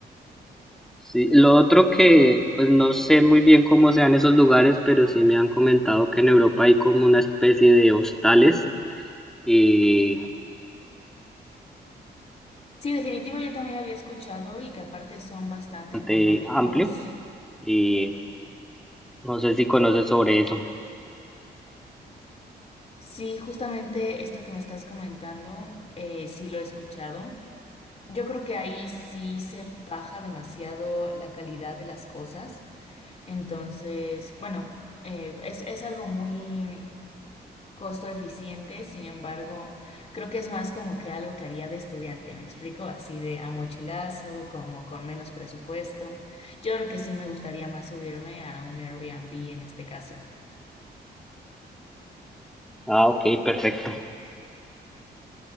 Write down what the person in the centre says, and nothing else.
Sí, lo otro que, pues no sé muy bien cómo sean esos lugares, pero sí me han comentado que en Europa hay como una especie de hostales eh,
bastante
amplio y no sé si conoces sobre eso.
Ah, ok, perfecto.